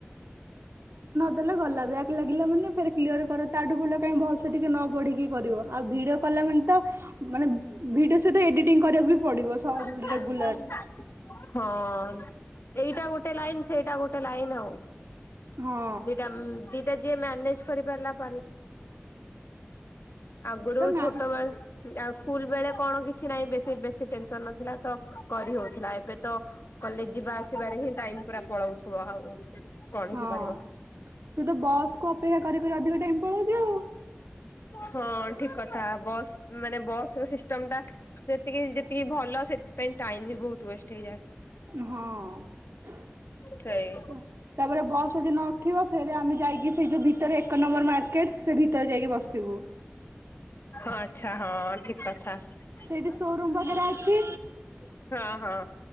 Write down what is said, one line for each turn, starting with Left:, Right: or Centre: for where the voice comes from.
Right: ହେଲେ ଗଲା ବ୍ୟକ ଲା <inaudible> କ୍ଲିୟ କର ତାଠୁ ଭଲ କାଇହିଁ ଭଲସେ ଟିକେ ନ ପଢିକି କରିବ ଆଉ ଭିଡିଓ କଲା ମାନେ ତ ମାନେ ଭିଡିଓ ସହିତ ଏଡିଟିଂ କରିବାକୁ ପଡିବ
Left: <inaudible>
Right: ସ ରେଗୁଲାର
Left: ହଁ ଏଇଟା ଗୋଟେ ଲାଇନ ସେଇଟା ଗୋଟେ ଲାଇନ ଆଉ
Right: ହଁ।
Left: ଦିଟା ମ୍ ଦିଟା ଯେ ମ୍ୟାନେଜେ କରିପାରିଲା <inaudible> ଆଗରୁ
Right: ମ୍ୟାମ୍
Left: ଛୋଟ ବେଳେ ଆଉ ସ୍କୁଲ ବେଳେ କଣ କିଛି କିଛି ନାଇଁ ବେଶୀ ବେଶ ସେ ଟେନସନ ନଥିଲା। କରି ହଉଥିଲା ଏବେ ତ କଲେଜ ଯିବା ଆସିବାରେ ହିଁ ଟାଇମ ପୁରା ପଳଉଥିବ ଆଉ। କଣ
Right: ହଁ
Left: ହିଁ କରିବ।
Right: ସେ ତ ବସ୍ କୁ ଅପେକ୍ଷା କରି କରି ଅଧିକ ମ୍ପଳ ଯାଉ
Left: ହଁ ଠିକ କଥା ବସ୍ ମାନେ ବସ ସିଷ୍ଟମ ଟା ସେତିକି ଯେତିକି ଭଲ ସେ ସେଥି ଟାଇମ ବି ବହୁତ ୱେଷ୍ଟ ହେଇଯାଏ।
Right: ହଁ ତାପରେ
Left: ସେଇ
Right: ବସ୍ ଯଦି ନଥିବ ଫେରେ ଆମେ ଯାଇକି ସେଇ ଯୋଉ ଭିତରେ ଏକ ନମ୍ବର ମାର୍କେଟ ସେ ଭିତରେ ଯାଇକି ବସିଥିବୁ।
Left: ଓ ଆଛା। ହଁ ଠିକ କଥା
Right: ସେଇଠି ସୋରୁମ
Left: <inaudible>
Right: ବଗେରା ଅଛି
Left: ହଁ ହଁ।